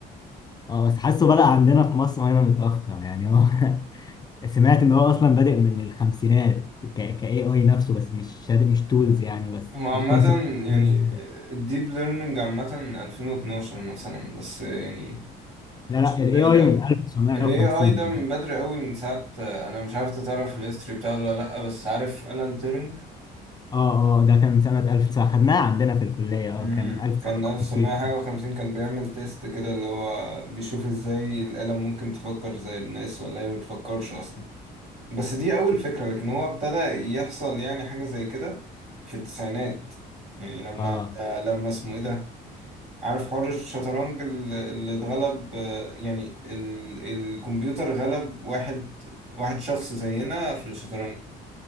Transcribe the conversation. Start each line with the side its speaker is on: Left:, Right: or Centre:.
Left: اه بس حاسه بدأ عندنا في مصر هنا متأخر يعني هو <laughs> سمعت ان هو اصلا بادئ من الخمسينات ك ك AI نفسه بس مش مش تولز يعني بس
Right: هو عامة
Left: الكونسبت
Right: يعني
Left: <laughs>
Right: الديب ليرنينج عامة 2012 مثلا بس يعني
Left: لا لا
Right: مش
Left: ال
Right: من بعيد
Left: AI
Right: قوي
Left: من 1950
Right: ال AI ده
Left: يعني.
Right: من بدري قوي من ساعة أنا مش عارف إنت تعرف الهيستوري بتاعه ولا لأ بس عارف ألان تيرنج
Left: اه اه ده كان سنة 1900 خدناه عندنا في الكلية
Right: امم
Left: اه كان 1950
Right: كان 1950
Left: كده
Right: كان بيعمل تيست كده اللي هو بيشوف ازاي الآلة ممكن تفكر زي الناس ولا هي ما بتفكرش أصلا بس دي أول فكرة لكن هو ابتدى يحصل يعني حاجة زي كده في التسعينات يعني لما
Left: اه
Right: آه، لما اسمه إيه ده عارف حوار الشطرنج ال- اللي اتغلب آه، يعني ال... الكمبيوتر غلب واحد واحد شخص زينا في الشطرنج